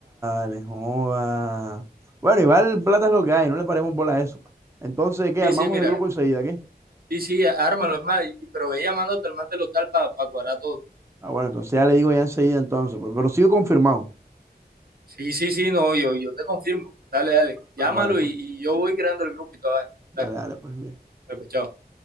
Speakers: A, on the right (about 15°); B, on the right (about 65°).
A: vale, joda. Bueno, igual plata es lo que hay, no le paremos bola a eso. Entonces, ¿qué?
B: Sí,
A: Armamos
B: sí, mira.
A: el grupo enseguida, ¿qué?
B: Sí, sí, ármalo, es más, y- pero ve llamándote al man del local para cuadrar todo.
A: Ah, bueno, entonces ya le digo ya enseguida entonces, pues, pero sigo confirmado.
B: Sí, sí, sí, no, yo, yo te confirmo. Dale, dale. Llámalo
A: Ah, bueno, pues,
B: y, y yo voy creando el grupo y toda. vaina.
A: dale,
B: Dale,
A: dale, pues bien.
B: dale, pues, chao.